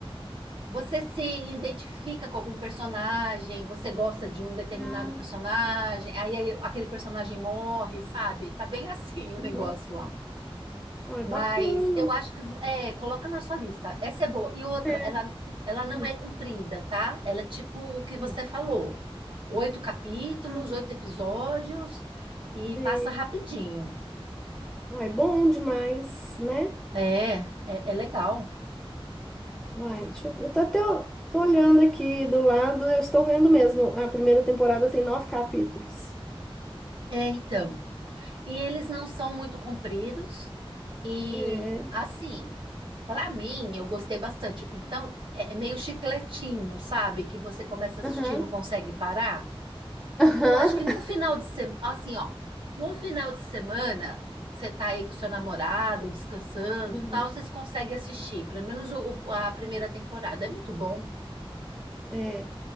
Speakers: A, on the right (about 55°); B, in the centre.
A: você se identifica com algum personagem, você gosta de um determinado
B: Ah,
A: personagem, aí, aí aquele personagem morre, sabe? Tá bem <laughs> assim o
B: uhum.
A: negócio lá.
B: Ó, é
A: Mas
B: bacana.
A: eu acho que é, coloca na sua lista. Essa é boa. E outra,
B: É.
A: ela, ela não
B: Hum,
A: é comprida, tá? Ela é tipo o que você
B: hum.
A: falou: oito capítulos,
B: Ah,
A: oito episódios, e
B: sei.
A: passa rapidinho.
B: Uai, é bom demais, né?
A: É, é, é legal.
B: Uai, deixa eu ver. Eu tô até ó, tô olhando aqui do lado, eu estou vendo mesmo. A primeira temporada tem nove capítulos.
A: É, então. E eles não são muito compridos. E
B: É.
A: assim, para mim, eu gostei bastante. Então, é é meio chicletinho, sabe? Que você começa a assistir
B: Aham,
A: e não consegue parar.
B: aham.
A: Eu acho que num final de semana, assim, ó, num final de semana, que você tá aí com seu namorado, descansando,
B: Uhum,
A: tal, vocês conseguem assistir, pelo menos o- o- a primeira temporada. É muito bom.
B: é.